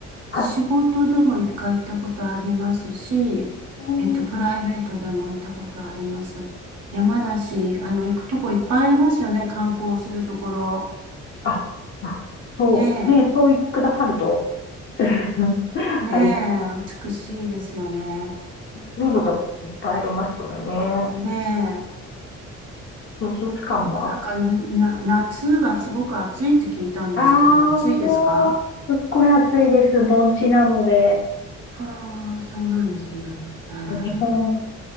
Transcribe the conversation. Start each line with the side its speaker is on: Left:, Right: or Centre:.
Right: 仕事でも一回行ったことありますし、
Left: あうんうん
Right: えっと、プライベートでも行ったことあります。山梨、あの、行くとこいっぱいありますよね、観光するところ。
Left: あ、まあ、そう、
Right: ね
Left: ね、そう言ってくださると、<laughs>
Right: え、ね
Left: ありがたい。
Right: え、美しいですよね。
Left: 見るところいっぱいありますよね。
Right: ねえ。
Left: 美術館もあるんだ。
Right: でもなんか、な、夏がすごく暑いって聞いたんですけど、
Left: ああ、
Right: 暑いですか
Left: もう、すっごい暑いです。盆地なので、
Right: ああ、そうなんですね。へえあ
Left: 日本、